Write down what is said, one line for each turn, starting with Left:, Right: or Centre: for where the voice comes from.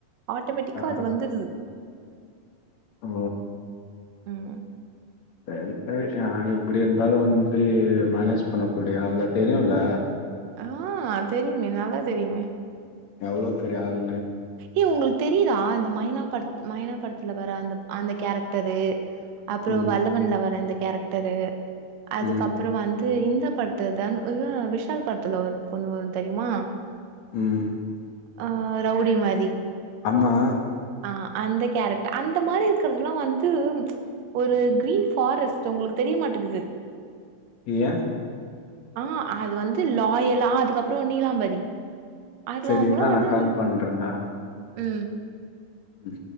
Right: ஆட்டோமேட்டிக்கா
Left: ஆ
Right: அது வந்துருது
Left: ஓ
Right: ம்
Left: சேரி சேரி நா எப்படி இருந்தாலு வந்து மேனேஜ் பண்ணக்கூடிய ஆளு தெரியுல்ல
Right: ஆ தெரியுமே நல்லாத் தெரியுமே
Left: எவ்ளோ பெரிய ஆளு
Right: ஏ உங்களுக் தெரியிதா இந்த மைனா படத் மைனா படத்துல வர அந்த அந்த கேரக்டரு அப்றொ
Left: ம்
Right: வல்லவன்ல வர இந்த கேரக்டரு அதுக்கப்றொ
Left: ம்
Right: வந்து இந் த படத்துல தனு இவ விஷால் படத்துல ஒரு பொண்ணு வரு தெரியுமா
Left: ம்
Right: ஆ ரவுடி மாரி
Left: ஆமா
Right: ஆ அந்த கேரக்டர் அந்த மாரி இரு க்கிறத்லா வந்து ஒரு கிரீன் ஃபாரஸ்ட் உங்களுக்கு தெரிய மாட்டெக்குது
Left: ஏ
Right: ஆ அது வந்து லாயலா அதுக்கப்றொ நீலாம்பரி அதுல
Left: செரி
Right: அவங்களா
Left: இர்ரா
Right: வந்து
Left: நா கால் பண்றன்டா
Right: ம்
Left: ம்